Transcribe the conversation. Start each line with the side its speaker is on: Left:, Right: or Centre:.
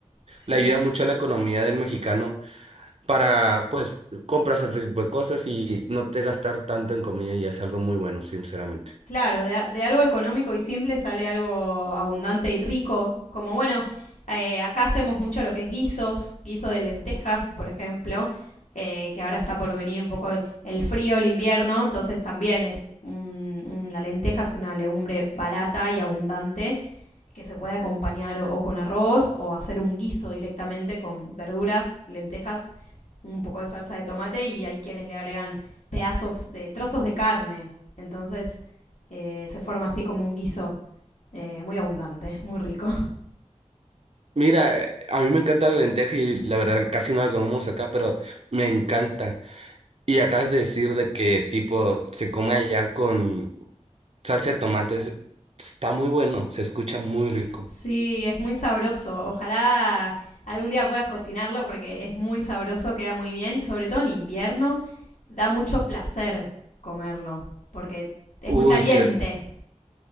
Left: sí.
Right: le ayuda mucho a la economía del mexicano para, pues, comprarse otro tipo de cosas y no te gastar tanto en comida y es algo muy bueno, sinceramente.
Left: Claro, de, de algo económico y simple sale algo abundante y rico. Como bueno, eh, acá hacemos mucho lo que es guisos, guiso de lentejas, por ejemplo, eh, que ahora está por venir un poco el- el frío, el invierno, entonces también es un- un- la lenteja es una legumbre barata y abundante que se puede acompañar o, o con arroz o hacer un guiso directamente con verduras, lentejas, un poco de salsa de tomate y hay quienes le agregan pedazos de trozos de carne. Entonces eh, se forma así como un guiso eh, muy abundante, muy rico. <laughs>
Right: Mira, eh, a mí me encanta la lenteja y la verdad casi no la comemos acá, pero me encanta. Y acabas de decir de que tipo se come allá con salsa de tomates. Está muy bueno, se escucha muy rico.
Left: Sí, es muy sabroso. Ojalá algún día puedas cocinarlo porque es muy sabroso, queda muy bien y sobre todo en invierno da mucho placer comerlo porque es
Right: Uy,
Left: muy caliente.
Right: que